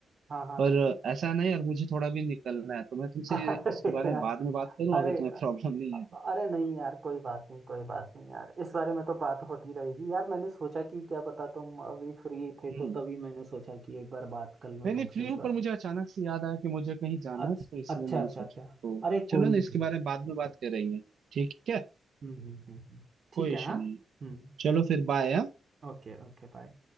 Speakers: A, on the right; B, on the right.
A: हाँ हाँ
B: पर ऐसा नहीं यार मुझे थोड़ा भी निकलना है तो मैं तुमसे
A: <laughs> अरे
B: इसके बारे में
A: यार
B: बाद में बात करूं
A: अरे
B: अगर तुम्हें <laughs> प्रॉब्लम नहीं
A: अरे
B: है तो
A: नहीं यार कोई बात नहीं कोई बात नहीं यार इस बारे में तो बात होती रहेगी यार मैंने सोचा कि क्या पता तुम अभी फ्री थे
B: हम्म
A: तो तभी मैंने सोचा कि एक बार बात कर लूं
B: नहीं नहीं
A: तुमसे
B: फ्री
A: इस
B: हूँ
A: बारे
B: पर मुझे अचानक से याद आया कि मुझे कहीं जाना
A: अच्छ-
B: है तो इसलिए
A: अच्छा
B: मैंने
A: अच्छा
B: सोचा
A: अच्छा
B: तो
A: अरे
B: चलो
A: कोई
B: ना
A: नहीं
B: इसके बारे में बाद में बात कर रही है ठीक है
A: हम्म हम्म हम्म हम्म। ठीक
B: कोई
A: है
B: इशू
A: हाँ
B: नहीं है।
A: हम्म
B: चलो फिर बाय
A: Okay okay bye